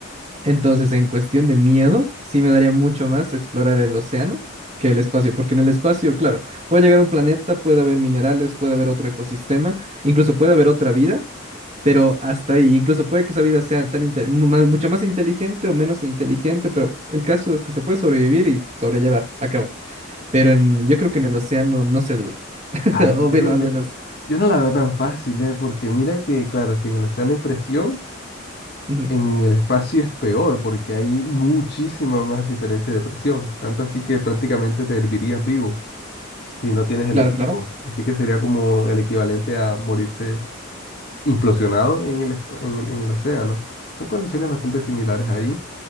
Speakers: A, on the right; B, on the left.
A: Entonces, en cuestión de miedo, sí me daría mucho más explorar el océano que el espacio, porque en el espacio, claro, puede llegar a un planeta, puede haber minerales, puede haber otro ecosistema, incluso puede haber otra vida, pero hasta ahí, incluso puede que esa vida sea tan inte- mu- más- mucho más inteligente o menos inteligente, pero el caso es que se puede sobrevivir y sobrellevar a cabo. Pero en, yo creo que en el océano no se dura, <laughs>
B: Ay,
A: o
B: yo
A: bueno,
B: no,
A: al
B: yo,
A: menos.
B: yo no la veo tan fácil, ¿eh? Porque mira que, claro, si en el océano hay presión,
A: ujú.
B: en el espacio es peor, porque hay muchísima más diferencia de presión. Tanto así que prácticamente te hervirías vivo si no tienes el
A: Claro,
B: equipo.
A: claro.
B: Así que sería como el equivalente a morirse implosionado en el, espa- en, en el océano. Son condiciones bastante similares ahí.